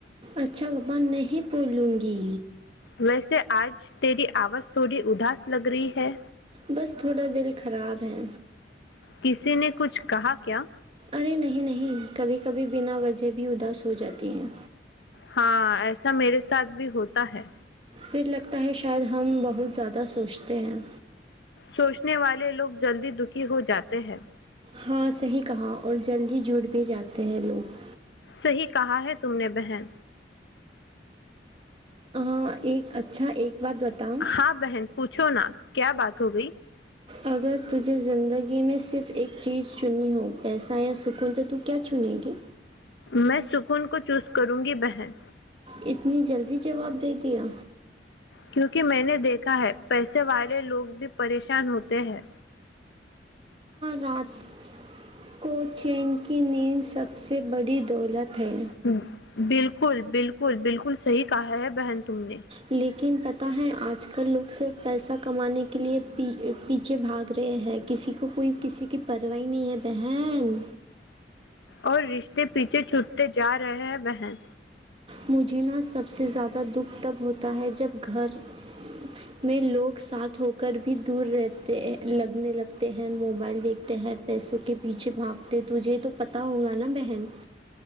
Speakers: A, on the right (about 30°); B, on the left (about 80°).
A: اچھا بابا نہیں بولوں گی
B: ویسے آج تیری آواز تھوڑی اداس لگ رہی ہے
A: بس تھوڑا دل خراب ہے
B: کسی نے کچھ کہا کیا
A: ارے نہیں نہیں کبھی کبھی بنا وجہ بھی اداس ہو جاتی ہے
B: ہاں ایسا میرے ساتھ بھی ہوتا ہے
A: پھر لگتا ہے شاید ہم بہت زیادہ سوچتے ہیں
B: سوچنے والے لوگ جلدی دکھی ہو جاتے ہیں
A: ہاں صحیح کہا اور جلد ہی جڑ بھی جاتے ہیں لوگ
B: صحیح کہا ہے تم نے بہن
A: ہاں ایک <unintelligible> اچھا ایک بات بتاؤں
B: ہاں بہن پوچھو نا کیا بات ہو گئی
A: اگر تجھے زندگی میں صرف ایک چیز چنی ہو پیسہ یا سکون تو تو کیا چنے گی
B: میں سکون کو چوز کروں گی بہن
A: اتنی جلدی جواب دے دیا
B: کیونکہ میں نے دیکھا ہے پیسے والے لوگ بھی پریشان ہوتے ہیں
A: رات کو چین کی نیند سب سے بڑی دولت ہے
B: ہ بالکل بالکل بالکل بالکل صحیح کہا ہے بہن تم نے
A: لیکن پتہ ہے آج کل لوگ صر پیسہ کمانے کے لیےی پیچھے بھاگ رہے ہیں کسی کو کوئی کسی کی پرواہائی نہیں ہے بہن
B: اور رشتے پیچھے چھوٹتے جا رہے ہیں بہن
A: مجھے نا سب سے زیادہ دکھ تب ہوتا ہے جب گھر میں لوگ ساتھ ہو کر بھی دور رہتے لگنے لگتے ہیں موبائل دیکھتے ہیں پیسوں کے پیچھے بھاگتے تجھے تو پت ہوگا نا بہن